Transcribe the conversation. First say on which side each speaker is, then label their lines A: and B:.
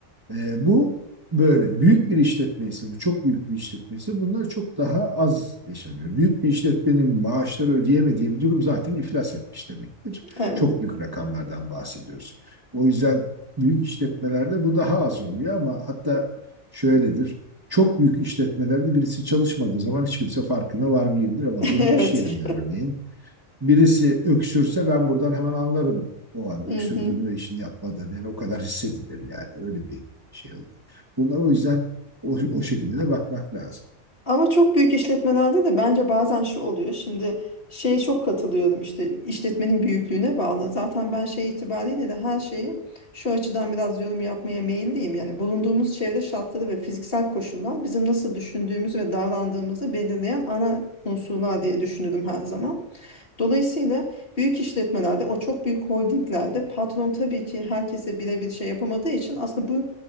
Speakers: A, on the right; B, on the left.
A: E, bu böyle. Büyük bir işletme ise, bu çok büyük bir işletmesi bunlar çok daha az yaşanıyor. Büyük bir işletmenin maaşları ödeyemediği bir durum zaten iflas etmiş demektir.
B: Evet.
A: Çok büyük rakamlardan bahsediyoruz. O yüzden büyük işletmelerde bu daha az oluyor ama hatta şöyledir. Çok büyük işletmelerde birisi çalışmadığı zaman hiç kimse farkına varmayabilir ama
B: <laughs>
A: benim
B: Evet.
A: iş yerimde örneğin Birisi öksürse ben buradan hemen anlarım o an öksürdüğünü
B: Hı hı.
A: ve işini yapmadığını. Yani o kadar hissedilir yani öyle bir şey oluyor. Bunlar o yüzden o, o şekilde de bakmak lazım.
B: Ama çok büyük işletmelerde de bence bazen şu oluyor. Şimdi şeye çok katılıyorum işte işletmenin büyüklüğüne bağlı. Zaten ben şey itibariyle de her şeyi şu açıdan biraz yorum yapmaya meyilliyim. Yani bulunduğumuz çevre şartları ve fiziksel koşullar bizim nasıl düşündüğümüz ve davrandığımızı belirleyen ana unsurlar diye düşünürüm her zaman. Dolayısıyla büyük işletmelerde, o çok büyük holdinglerde patron tabii ki herkese birebir şey yapamadığı için aslında bu